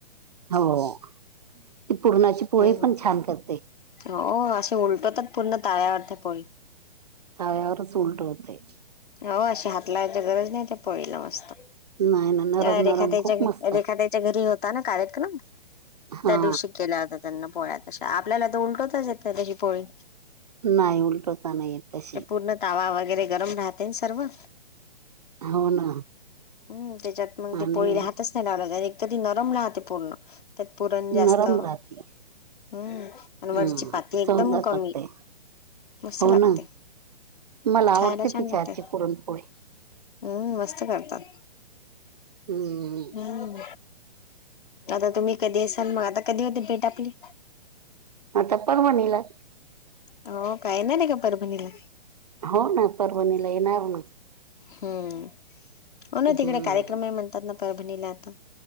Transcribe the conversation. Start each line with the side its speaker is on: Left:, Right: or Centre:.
Right: हो ती पूर्णाची पोळी
Left: हम्म
Right: पण छान करते.
Left: हो असे उलटतच पूर्ण ताव्यावरथ पोळी.
Right: तव्यावरच उलटवते.
Left: हो अशी हात लावायची गरज नाही ते पोळीला मस्त.
Right: नाही ना नरम
Left: काय रेखा
Right: नरम
Left: ताईच्या
Right: खूप मस्त
Left: रेखा ताईच्या घरी होत. ता कार्यक्रम
Right: हा
Left: त्या दिवशी केला. त्यांना पोळ्यात तशा आपल्याला त उलट तच येत नाही, ताब्याची पोळी
Right: नाही उलटवता नाही येत तशी
Left: ते पूर्ण तावा वगैरे गरम राहतेन सर्व.
Right: हो ना.
Left: हम् त्याच्यात मग ते
Right: आणि
Left: पोळीला हहातच नाही लावलं जा एक तर ती नरम राहते पूर्ण. त्यात पुरण जास्त.
Right: नरम राहते
Left: हम्म आणि
Right: हम्म
Left: वरची पाती एकदम
Right: चवदार
Left: कमी,
Right: लागते
Left: मस्त
Right: हो
Left: लागते.
Right: ना मला आवडते
Left: खायला छान
Right: तिच्या
Left: लागते,
Right: आजची पुरणपोळी
Left: हम्म मस्त करतात.
Right: हम्म
Left: हम आता तुम्ही कधी असाल मग आता कधी होते भेट आपली.
Right: आता परभणीला.
Left: हो काय येनारेका परभणीला.
Right: हो ना परवणीला येणार ना.
Left: हम्म हो ना
Right: हम्म
Left: तिकडे कार्यक्रमही म्हणतात, ना परभणीला आता.